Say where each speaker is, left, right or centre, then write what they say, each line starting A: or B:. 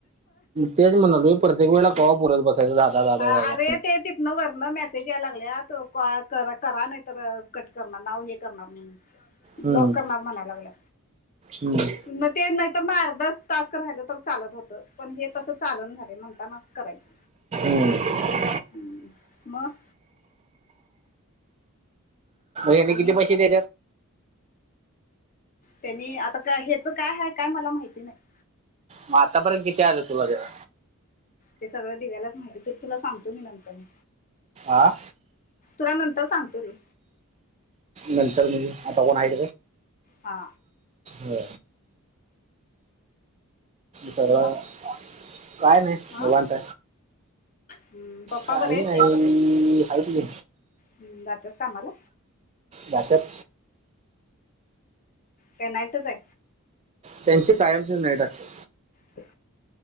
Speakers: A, on the right; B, on the left.
A: तेच म्हणालोय परतेक वेळेला कवा बोलत बसायचं. दादा दादा
B: हा
A: दादा
B: अरे ते तिथनं वरण मेसेज या लागल्यात <inaudible> करा करा नाही तर कट करणार नाव हे करणार म्हण
A: हम्म.
B: ब्लॉक करणार म्हणाय लागला
A: हं.
B: म ना तर म अर्धास टास्क राहिलं तर चालत होतं पण हे तसं चालून झाले म्हणता ना करायच
A: पन
B: म मग
A: यांनी
B: आणि
A: किती पैसे देतात
B: त्यांनी आता का ह्याच काय आहे काय मला माहिती नाही
A: मग आता पण किती आलं तुला जव
B: ते सगळं दिवा्यालाच माहिती तर तुला सांगतो मी नंतर म
A: आं
B: तरा नंतर सांगतो र
A: नंतर म्हणजे आता कोण हीत
B: हा
A: हो सगळं
B: मग
A: काय नाही
B: हा
A: निवांत
B: हम्म पप्पा
A: काही
B: बर आहेत
A: नाही
B: ते
A: आहे तुझे
B: हम् जातात काम्हाला
A: जात्यात
B: त्यांटच आहे
A: त्यांची कायमची नाईट असते
B: ह